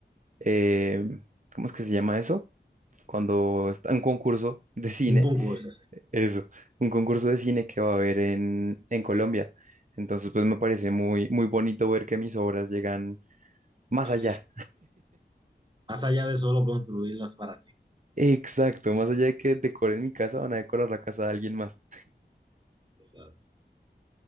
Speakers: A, on the right; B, on the right.
A: eh, ¿cómo es que se llama eso? Cuando está un concurso de cine
B: Un concurso,
A: eso, un concurso de cine que va a haber en, en Colombia. Entonces, pues me parece muy, muy bonito ver que mis obras llegan más
B: Ah,
A: allá.
B: sí. Más allá de solo construirlas para ti.
A: Exacto, más allá de que decoren mi casa, van a decorar la casa de alguien más.
B: O sea,